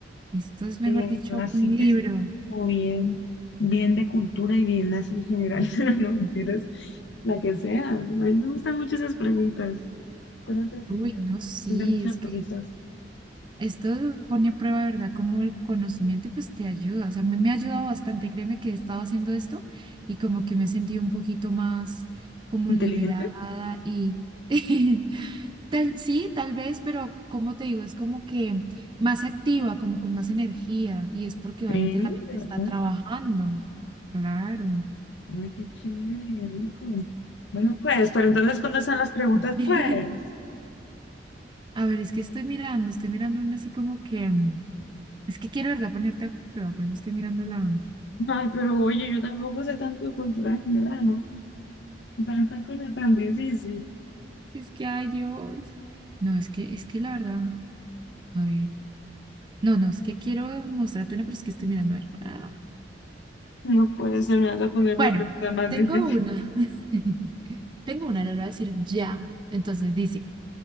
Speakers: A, on the right; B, on the left.
A: Esto es, mejor
B: Eh,
A: dicho,
B: así
A: un libro.
B: que sea como bien, bien de cultura y bien así general, <laughs> no mentiras, la que sea. A mí me gustan mucho esas preguntas, son entretenidas,
A: Uy, no, sí,
B: de muchas
A: es
B: cositas.
A: Esto pone a prueba, de ¿verdad? Como el conocimiento y pues te ayuda. O sea, a mí me ha ayudado bastante. Créeme que he estado haciendo esto y como que me he sentido un poquito más como
B: ¿Inteligente?
A: liberada y <laughs> tal, sí, tal vez, pero como te digo, es como que más activa, como con más energía y es porque obviamente
B: Sí,
A: la mente
B: de verdad.
A: está trabajando. Claro.
B: Ay, qué chévere, y rico. Bueno, pues, pero entonces, ¿cuándo están las preguntas?
A: <laughs>
B: Pues.
A: A ver, es que estoy mirando, estoy mirando una así como que, es que quiero, de ¿verdad? Ponerte a prueba, por eso estoy mirando la
B: Ay, pero oye, yo tampoco sé tanto de cultura general, ¿no? Tanta cosa tan difícil.
A: Es que, ay Dios. No, es que, es que la verdad, a ver. No, no, es que quiero mostrarte una, pero es que estoy mirando a ver. Ah.
B: No puede ser, me vas a poner
A: Bueno,
B: la pregunta más
A: tengo
B: difícil.
A: una. <laughs> Tengo una, le voy a decir ya. Entonces dice,